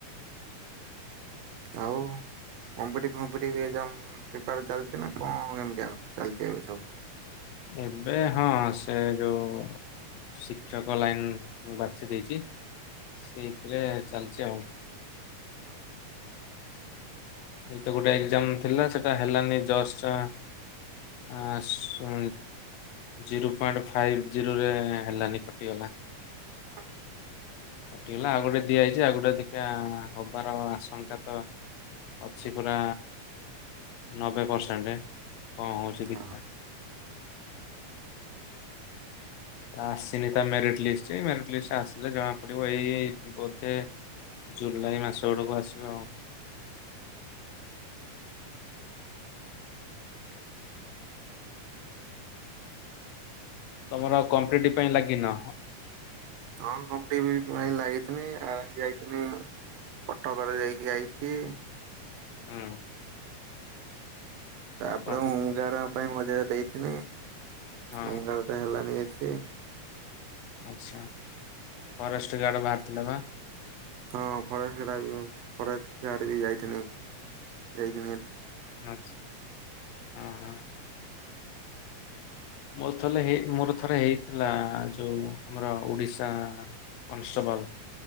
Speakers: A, on the right; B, on the left.
A: ଆଉ କଂପିଟି ଫମ୍ପିଟେଟିଭ୍ ଏକ୍ ଜାମ୍ ପ୍ରିପେରା ଚାଲିଛି ନା କଣ କେମତି ଚାଲିଛି ଏବେ ସବୁ?
B: ଏବେ ହଁ ସେ ଯୋଉ ଶିକ୍ଷକ ଲାଇନ ମୁଁ ବାଛି ଦେଇଛି। ସେଇଥିରେ ଚାଲିଚି ଆଉ।
A: ଅହ
B: ଏଇ ତ ଗୋଟେ ଏକ୍ଜାମ ଥିଲା ସେଟା ହେଲାନି ଜଷ୍ଟ ଆସୁ ଜିରୋ ପଏଣ୍ଟ ଫାଇଭ ଜିରୋରେ ହେଲାନି କଟିଗଲା।
A: ହଁ।
B: କଟିଗଲା ଆଉ ଗୋଟେ ଦିଆହେଇଛି ଆଉ ଗୋଟେ ଅଧିକା ହବାର ଆଶଙ୍କା ତ ଅଛି ପୁରା ନବେ ପରସେଣ୍ଟ। କଣ ହୋଉଚି
A: ହଁ
B: ଦେଖିଆ। ଆସିନି ତା ମେରିଟ ଲିଷ୍ଟ ମେରିଟ ଲିଷ୍ଟ ଆସିଲେ ଜଣା ପଡିବ ଏଇ ବୋଧେ ଜୁଲାଇ ମାସ ଆଡକୁ ଆସିବ ଆଉ।
A: <inaudible>
B: ତମର ଆଉ କମ୍ପ୍ଲିଟ ପାଇଁ ଲାଗିନ?
A: ହଁ କମ୍ପିଟ୍ ପାଇଁ ଲାଗିିଥିନି ଆ ଯାଇଥିଲି କଟକରେ ଯାଇକି ଆଇଚି।
B: ହୁଁ।
A: ତାପରେ
B: କହୁ
A: ହୋମଗାର୍ଡ ପାଇଁ ମଝିରେ ଦେଇଥିନି
B: ହଁ
A: ହୋମଗାର୍ଡ ଟା ହେଲାନି। ସେ
B: ଆଛା। ଫରେଷ୍ଟ ଗାର୍ଡ ବାହାରିଥିଲା ପା?
A: ହଁ ଫରେଷ୍ଟ ଗା ଫରେଷ୍ଟ ଗାର୍ଡ ବି ଯାଇଥିନି ଯାଇ
B: ଆଛା ହଁ ହଁ। ମୋର ଥଲେ ମୋର ଥରେ ହେଇଥିଲା ଯୋଉ ଆମର ଓଡିଶା କନେଷ୍ଟେବଲ।